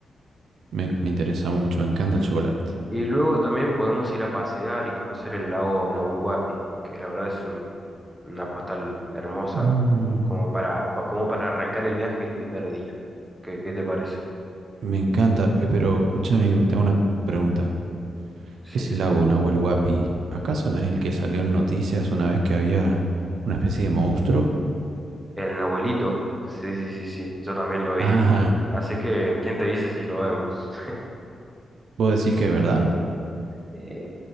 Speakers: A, on the right; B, in the centre.
A: Me, me interesa mucho, me encanta el chocolate.
B: Y luego también podemos ir a pasear y conocer el lago Nahuel Huapi, que la verdad es un- una postal hermosa
A: Mm,
B: como, como para, pa- como para arrancar el viaje el primer día. ¿Qué, qué te parece?
A: me encanta, eh, pero escucha, amigo, te hago una pregunta.
B: Sí,
A: ¿Ese
B: sí.
A: lago Nahuel Huapi, acaso no es el que salió en noticias una vez que había una especie de monstruo?
B: El Nahuelito, sí, sí, sí, sí, yo también lo vi.
A: Ajá,
B: Así que, ¿quién te dice si lo vemos? <laughs>
A: vos decís que es verdad.
B: Eh,